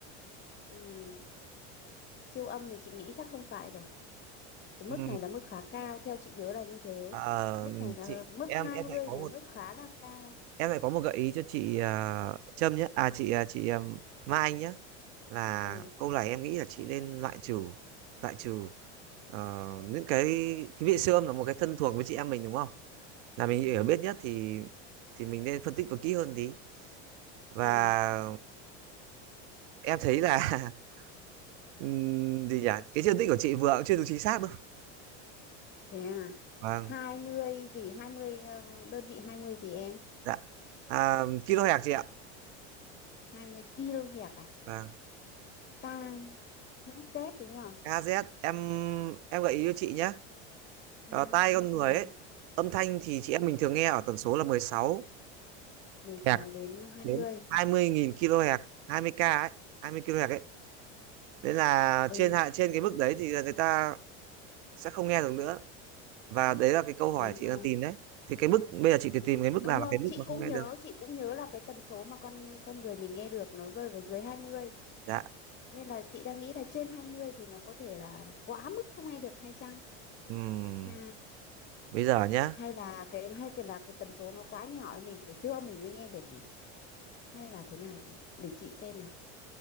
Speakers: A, on the left; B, on the right.
A: Ừ. Siêu âm thì chị nghĩ chắc không phải rồi. Cái
B: ừ.
A: mức này là mức khá cao theo chị nhớ là như thế.
B: Ờ,
A: Mức này là
B: chị
A: mức
B: em
A: hai
B: em
A: mươi
B: lại có
A: này,
B: một
A: mức khá là cao.
B: em lại có một gợi ý cho chị ờ, Trâm nhé à chị ờ, chị ờ, Mai Anh nhé là
A: ừ
B: câu này em nghĩ là chị nên loại trừ loại trừ ờ, những cái cái vị siêu âm là một cái thân thuộc với chị em mình đúng không là mình
A: ừ
B: hiểu biết nhất thì thì mình nên phân tích và kỹ hơn tí và
A: ừ
B: em thấy là <laughs> ừm, gì nhỉ cái phân tích của chị vừa cũng chưa được chính xác đâu
A: thế à
B: vâng
A: hai mươi gì hai mươi ờ, đơn vị 20 gì em
B: dạ à, kim loại hạt chị ạ
A: 20 kilohertz à
B: vâng
A: KHZ đúng không
B: KZ em em gợi ý cho chị nhé
A: KHZ
B: Ờ, tai con người
A: ừ.
B: ấy âm thanh thì chị em mình thường nghe ở tần số là 16
A: mười sáu
B: Hz
A: đến hai
B: đến
A: mươi
B: 20.000 kHz hai mươi k ấy 20 kHz ấy đấy là
A: ừ
B: trên hạ trên cái mức đấy thì là người ta sẽ không nghe được nữa và đấy là cái câu hỏi
A: đúng
B: chị
A: rồi
B: đang tìm đấy thì cái mức bây giờ chị cứ tìm cái mức
A: đúng
B: nào là
A: rồi
B: cái mức
A: chị
B: mà
A: cũng
B: không nghe
A: nhớ
B: được
A: chị cũng nhớ là cái tần số mà con con người mình nghe được nó rơi vào dưới hai mươi
B: dạ
A: nên là chị đang nghĩ là trên 20 thì nó có thể là quá mức không nghe được hay chăng
B: Ừm,
A: ha
B: bây giờ nhá
A: hay là cái hay cái là cái tần số nó quá nhỏ mình phải siêu âm mình mới nghe được nhỉ hay là thế nào nhỉ để chị xem nào